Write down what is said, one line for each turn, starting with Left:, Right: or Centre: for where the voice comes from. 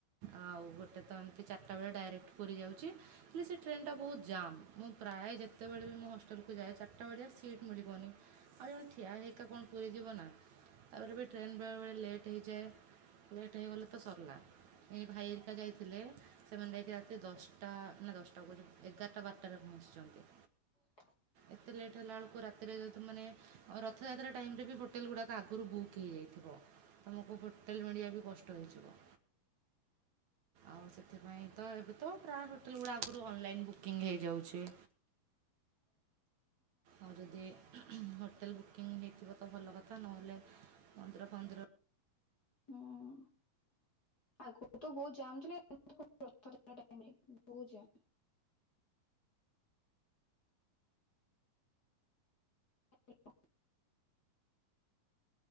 Right: ଆଉ ଗୋଟେ ତ ଏମତି ଚାରିଟା ବେଳେ ଡାଇକ୍ଟ ପୁରୀ ଯାଉଛି ହେଲେ ସେ ଟ୍ରେନ ଟା ବହୁତ ଜାମ୍ ମୁଁ ପ୍ରା ପ୍ରାଏ ଯେତବେଳେ ବି ମୁଁ ହଷ୍ଟେଲକୁ ଯାଏ ଚାରିଟା ବେଳିଆ ସି ଟ୍ ମିଳିବନି ଆଉ ଜଣେ ଠିଆ ହେଇକା କଣ ପୁରୀ ଯିବ ନା! ତାପରେ ବି ଟ୍ରେନ ବେଳେ ବେଳେ ଲେଟ୍ ହେଇଯାଏ ଲେଟ୍ ହେଇଗଲେ ତ ସରିଲା ଏଇ ଭାଇରିକା ଯାଇ ଥିଲେ ସେମାନେ ଯାଇକି ରାତି ଦଶଟା ନା ଦଶଟା କହୁଚି ଏଗାରଟା ବାରଟାରେ ପହଞ୍ଚିଛନ୍ତି।
Left: ହୁଁ
Right: ଏତେ ଲେଟ ହେଲାଉକୁ ରାତିରେ ଯଦି ତମେମାନେ ରଥଯାତ୍ରା ଟାଇମରେ ବି ହୋଟେଲ ଗୁଡାକ ଆଗୁରୁ ବୁକ୍ ହେଇଯାଇଥିବ ତମକୁ ହୋଟେଲ ମିଳିଆ ବି କଷ୍ଟ ହେଇଯିବ।
Left: କ୍
Right: ଆଉ ସେଥିପାଇଁ ତ ଏବେ ତ ପ୍ରାୟ ହୋଟେଲ ଗୁଡା ଆଗରୁ ଅନଲାଇନ୍ ବୁକିଂ ହେଇଯାଉଛି।
Left: ହ
Right: ଆଉ ଯଦି ହୋଟେଲ ବୁକିଂ ହେଇଥିବ ତ ଭଲ କଥା ନହେଲେ ମନ୍ଦିର ଫନ୍ଦିର
Left: ହୁଁ ଆଗ ତ ବହୁତ ଜାମ ଥିଲେ <unintelligible> ରଥ <unintelligible> ବୁଯା ଆ